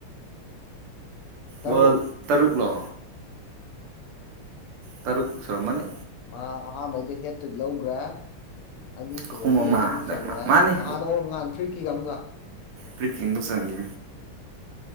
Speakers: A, on the left (about 85°); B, on the right (about 80°).
A: ꯇꯔꯨꯛ
B: ꯂꯣ ꯇꯔꯨꯛꯂꯣ ꯇꯔꯨꯛ ꯁꯔꯝ ꯃꯅꯤ
A: ꯃꯥ ꯑꯍꯥꯥꯟꯕꯩꯗ ꯍꯦꯠꯇ꯭ꯔꯤꯛ ꯂꯧꯈ꯭ꯔꯥ ꯑꯅꯤ ꯁꯨꯕꯒꯤ
B: ꯑꯍꯨꯝ ꯑꯃ
A: ꯑꯅꯤ ꯆꯜꯂꯦ
B: ꯃꯥꯅꯤ
A: ꯉꯍꯥꯟ ꯑꯣ ꯉꯍꯥꯟ ꯐ꯭ꯔꯤꯀꯤꯒ ꯑꯃꯒ
B: ꯄ꯭ꯔꯤꯀꯤꯀꯤꯡꯗ ꯁꯪꯒꯤ